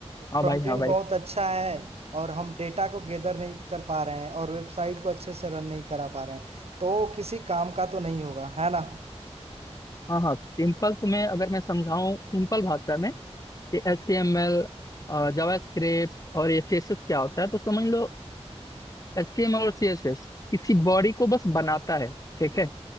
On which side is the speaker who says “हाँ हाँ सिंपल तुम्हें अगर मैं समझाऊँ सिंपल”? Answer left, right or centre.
Left